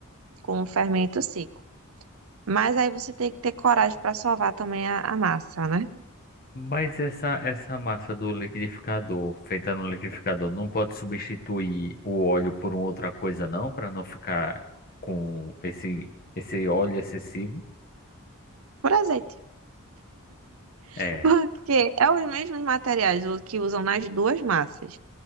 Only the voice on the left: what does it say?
Mas essa, essa massa do liquidificador, feita no liquidificador, não pode substituir o óleo por uma outra coisa, não? Para não ficar com esse, esse óleo excessivo?
É.